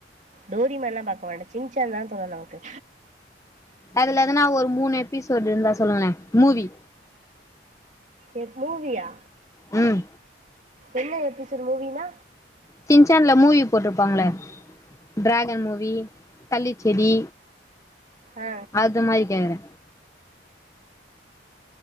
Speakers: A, on the right (about 40°); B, on the left (about 15°).
A: டோரிமேன் லாம் பாக்க மாட்டேன் சிங்சான் தான் தோழா நமக்கு
B: அதுல எதனா ஒரு மூணு எபிசோடு் இருந்தா சொல்லுங்கலே மூவி
A: எது மூவியா
B: ம்
A: என்ன எபிசோடு மூவினா
B: சின்சன்ல மூவி போட்ருப்பாங்களே ட்ராகன் மூவி தள்ளிச்செடி
A: ஆ
B: அது மாரி கேக்றே